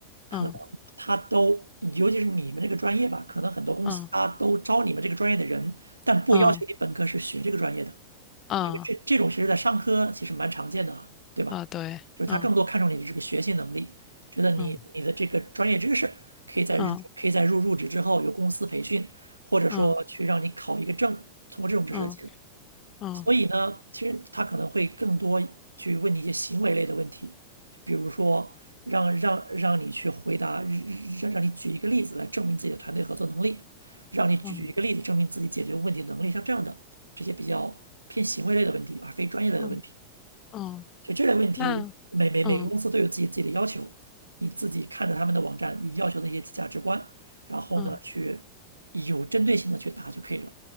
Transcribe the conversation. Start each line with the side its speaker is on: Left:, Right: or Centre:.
Right: 可能他都，
Left: 嗯
Right: 尤其是你们这个专业吧，可能很多公司他都招你们这个专业的人，
Left: 嗯
Right: 但不要求你本科是学这个专业的，
Left: 嗯嗯嗯
Right: 因为这这种其实在商科其实蛮常见的啊，对吧？
Left: 啊，对，
Right: 就是他更多看重你的这个学习能力，
Left: 嗯
Right: 觉得你你的这个专业知识可以在入可以在入入职之后有公司培训，
Left: 嗯嗯
Right: 或者说去让你考一个证，
Left: 嗯
Right: 通过这种知识的积累。
Left: 嗯嗯
Right: 所以呢，其实他可能会更多去问你一些行为类的问题，就比如说让让让你去回答，让让你举一个例子来证明自己的团队合作能力，让你举举一个例子证明自己解决问题的能力，
Left: 嗯
Right: 像这样的这些比较偏行为类的问题，而非专业类的问题。
Left: 嗯嗯，嗯
Right: 所以这类问题，
Left: 那嗯
Right: 每每每个公司都有自己自己的要求，你自己看着他们的网站，你要求的一些价值观，然后呢，
Left: 嗯。
Right: 去有针对性的去答就可以了。